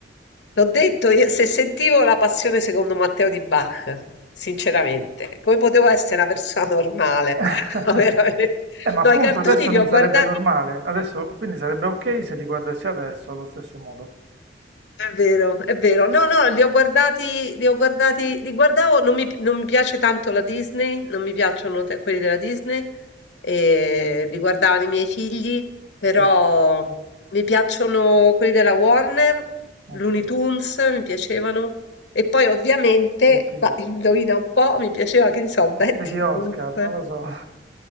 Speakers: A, on the left (about 80°); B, on the right (about 70°).
A: L'ho detto, io, se sentivo la passione secondo Matteo di Bach, sinceramente, come potevo essere una persona normale?
B: <laughs>
A: <laughs> No, veramente.
B: Eh, ma appunto
A: No, i cartoni
B: adesso
A: li
B: non
A: ho
B: sarebbe
A: guardati.
B: normale, adesso quindi sarebbe ok se li guardassi adesso allo stesso modo.
A: È vero, è vero. No, no, li ho guardati, li ho guardati, li guardavo, non mi, non mi piace tanto la Disney, non mi piacciono te- quelli della Disney, e li guardavano i miei figli, però
B: Sì,
A: mi piacciono quelli della Warner,
B: ok,
A: Looney Tunes, mi piacevano, e poi ovviamente,
B: sì, fighi.
A: ma indovina un po', mi piaceva, che ne so, Betty
B: Lady Oscar,
A: Boop.
B: non lo so. <laughs>